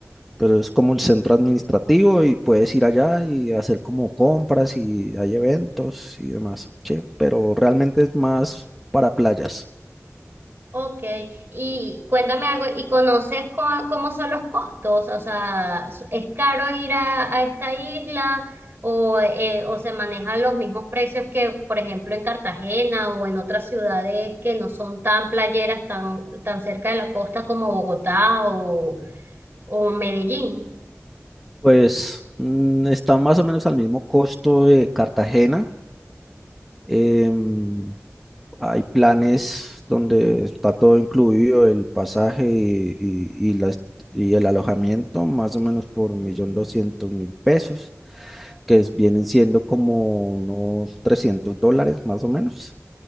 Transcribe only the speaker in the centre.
pero es como el centro administrativo y puedes ir allá y hacer como compras y hay eventos y demás, sí, pero realmente es más para playas.
Pues mm, está más o menos al mismo costo de Cartagena. Em, hay planes donde está todo incluido, el pasaje y, y- y la est- y el alojamiento, más o menos por 1.200.000 pesos, que es- vienen siendo como unos 300 dólares más o menos